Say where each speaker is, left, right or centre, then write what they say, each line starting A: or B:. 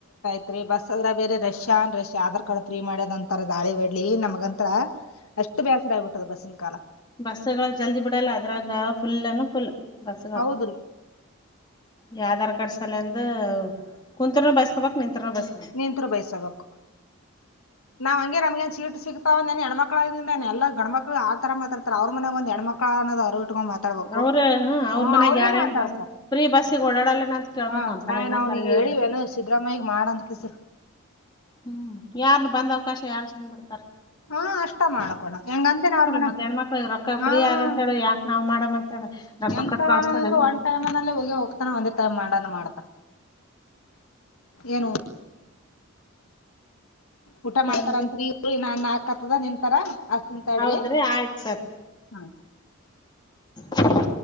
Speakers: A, on the left (about 75°); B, on the left (about 20°).
A: ತ್ ಬಸ್ ಅದ್ರ ಬೇರೆ ರಷ್ಯಾ ರಷ್ಯಾ ಆಧಾರ್ ಕಾರ್ಡ್ ್ ಮಾಡದ ಅಂತರ ದಾಳಿ ಒಡ್ಲಿ ನಮಗಂತ್ರ ಅಷ್ಟು ಬೇಸರ ಆಗಿಬಿಟ್ಟದ ಬಸ್ಸಿನ ಕಾಲ
B: ಬಸ್ಸಗಳ ಜಲ್ದಿ ಬಿಡಲ್ಲ ಅದ್ರಾಗ ಫುಲ್ನು ಫುಲ್ ಬಸ್ಸಗಳು
A: ಹೌದ್ರಿ
B: ಈ ಆಧಾರ್ ಕಾರ್ಡ್ ಸಲೆ ಅಂದ ಕುೂಂತರ್ ಬೈಸ್ಕೊಬಕ್ ನಿಂತ ಎನ ದಸ
A: ನಿಂತ್ರ ಬೈಸಬೇಕು ನಾವ್ ಹಂಗೆ ನಮಗೆನ್ ಚೀಟ್ ಸಿಕ್ತಾವಂದಏ ಹೆಣ್ಮಕ್ಳಾಗಿಂದಾನ ಎಲ್ಲ ಗಣ್ಮಕ್ಳಗ್ ಆತರ ಮಾತಾತಾರೆ ಅವ್ರ ಮನಾಗ ಒಂದ ಹೆಣ್ಮಕ್ಳ ಅನ್ನೋ ಟ್ಕೊಂಡ ಮಾತಾಡ್ಬೇಕು
B: ಅವ್ರ ಅವ್ರ
A: ಹ
B: ಮನ್ಯಾಗ
A: ಅವ್ರೇ
B: ಯಾರೇನ್
A: ಮಾತಾಡ್ತ
B: ಬಸ್ ಫ್ರೀ ಬಸ್ಸಿಗೆ ಓಡಾಡಲ್ಲೇನ ಅಂತ ಕೇಳ್ಬಕ್
A: ಹ
B: ಒಂದ್ಸಲ
A: ನಾವೇ
B: ಇನ್ನೊಂದ್ಸಲ
A: ನಾವಗ
B: ಹೇಳಿದ್ರ
A: ಹೇಳಿವೇನು ಸಿದ್ದರಾಮಯ್ಯಗ ಮಾಡಂದ ಕಸರು
B: ಹ್ಮ್ ಯಾರ್ ಬಂದ್ ಅವಕಾಶ ಯಾರ್ ಸುಂದ್ ಬಿಡ್ತಾರೆ
A: ಹಾ ಅಷ್ಟ ಮಾಡ್ಕೋಣ ಹೆಂಗಂತನ ಅವ್ರ ಮನ
B: ಮತ್ ಹೆಣ್ಮಕ್ಳಿಗೆ ರೊಕ್ಕ
A: ಹ್ಮ
B: ಫ್ರೀ ಆದ ಅಂತ ಹೇಳಿ ಯಾಕ್ ನಾವ್ ಮಾಡಮ್ ಅಂತ ಹೇಳಿ ರೊಕ್ಕ
A: ಎಂದ್ರ
B: ಕೊಟ್ ಕಳಸ್ತಾರೇನು
A: ಒಂದ್ ಟೈಮ್ನ ಹೋಗಿ ಹೋಗ್ತಾನ ಒಂದೇ ತ್ ಮಾಡಾನ ಮಾಡ್ತ ಏನು ಊಟ ಮಾಡ್ತಾರ
B: ಸರಿ ರೀ
A: ಅತ್ರಿ ನಾನ್ ನಾಲ್ಕಕ್ತ್ತದ ನಿಂತಾರ ಅಷ್ಟ ನಿಂತಾಡ್ರಿ
B: ಹೌದ್ರಿ ಆಯ್ತ್
A: ಹ
B: ಹ್ಮ್ಮ್.